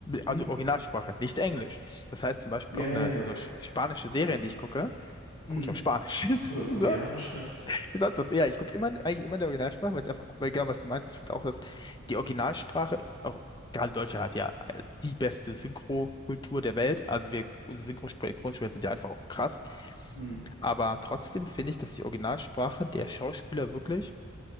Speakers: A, on the left; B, on the left.
A: Hm.
B: Also Originalsprache, nicht Englisch. Das heißt zum Beispiel
A: Ja,
B: auch
A: ja,
B: eine
A: ja.
B: so sch- spanische Serien, die ich gucke, gucke
A: Hm.
B: ich auf Spanisch. <laughs>
A: Oder koreanische.
B: So, wie sonst was. Ja, ich gucke immer, eigentlich immer in der Originalsprache, weil es einfach, weil genau was du meinst. Ich finde auch, dass die Originalsprache, auch gerade Deutschland hat ja die beste Synchro-Kultur der Welt. Also wir, unsere Synchro- Synchronsprecher sind ja einfach auch krass.
A: Hm.
B: Aber trotzdem finde ich, dass die Originalsprache der Schauspieler wirklich,